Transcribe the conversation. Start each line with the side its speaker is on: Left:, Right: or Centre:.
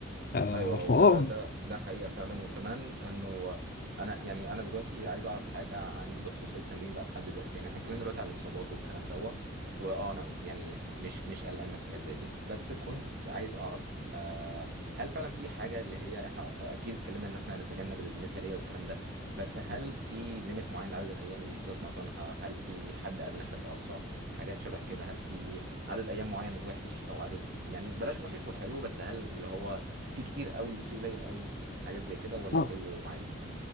Left: آه،
Right: ايوه او
Left: فاه
Right: ده ده ده حقيقه فعلا وكمان انه انا يعني انا دلوقتي عايز اعرف حاجه عن بخصوص التمرين بقى في حد ذاته يعني احنا اتكلمنا دلوقتي على الاصابات والكلام دوت واه انا يعني مش مش قلقان من حاجات زي دي بس كنت عايز اعرف آه هل فعلا في حاجه اللي هي احنا اكيد اتكلمنا ان احنا نتجنب المثاليه والكلام ده بس هل في ليميت معين لعدد الايام اللي المفروض اتمرنها هل في حد ادنى حد اقصى حاجات شبه كده هل في عدد ايام معين وحش او عدد يعني بلاش وحش وحلو بس هل اللي هو في كتير قوي وفي قليل قوي حاجات زي كده ولا
Left: آه.
Right: كله عادي